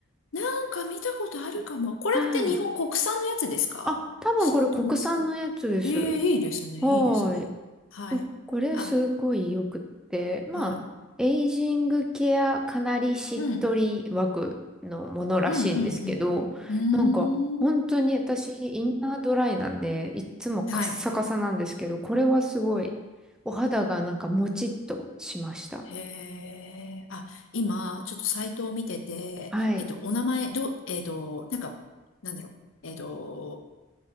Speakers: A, on the left; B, in the centre.
A: なんか見たことあるかも。これって日本国産のやつですかシートマスク。
B: はい。あ、多分これ国産のやつです。
A: ええ、いいですね、
B: はーい。
A: いいですね。はい。
B: そうこれすごいよくって、
A: あ、
B: まあ、
A: はい。
B: エイジングケアかなりしっとり枠のものらしいんですけど、
A: うん。うんうんうん。
B: なんか本当に私インナードライなんで、
A: うーん。
B: いっつもカッサカサなんですけど、
A: はい。
B: これはすごいお肌がなんかもちっとしました。
A: へえ。あ、今、ちょっとサイトを見てて、
B: はい。
A: えっと、お名前、ど、えっと、なんか、なんだろう。えっと、